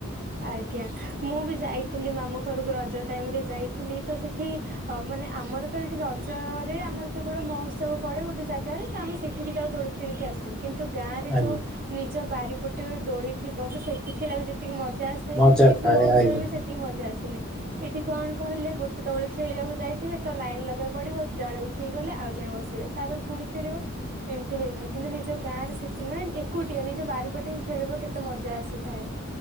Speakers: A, on the right; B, in the centre.
A: ଆଜ୍ଞା ମୁଁ ବି ଯାଇଥିଲି ମାମୁଁ ଘରକୁ ରଜ ଟାଇମ୍ ରେ ଯାଇଥିଲି ତ ସେଠି ଅ ମାନେ ଆମର ତ ଏଇଠି ରଜରେ ଆମର କେବଳ ମହୋତ୍ସବ ପଡେ ଗୋଟେ ଜାଗାରେ ତ ଆମେ ସେଠିକି ଯାଉ ଦୋଳି ଖେଳିକି ଆସୁ କିନ୍ତୁ ଗାଁ ରେ
B: ଆଜ୍ଞା
A: ଯୋଉ ନିଜ ବାରିପଟେ ଦୋଳି ଥିବ ସେଠି ଖେଳିବାକୁ ଯେତିକି ମଜା ଆସେ
B: ମଜା
A: କିନ୍ତୁ ଏଠି
B: ଥାଏ
A: ମହୋତ୍ସଵରେ
B: ଆଜ୍ଞା
A: ବି ସେତିକି ମଜା ଆସେନି। ଏଠି କଣ କହିଲେ ଗୋଟେ ଦୋଳି ଖେଳିବାକୁ ଯାଇଥିବେ ତ ଲାଇନ୍ ଲଗେଇବାକୁ ପଡିବ ଜଣେ ଉଠିଇକି ଗଲେ ଆଉ ଜଣେ ବସିବେ ତାପରେ ପୁଣି ଖେଳିବ। ଏମିତି ହେଇଥାଏ କିନ୍ତୁ ନିଜ ଗାଁରେ ସେଥିପା ମାନ୍ ଏକୁଟିଆ ନିଜ ବାରିପଟେ ହି ଖେଳିବ କେତେ ମଜା ଆସିଥାଏ।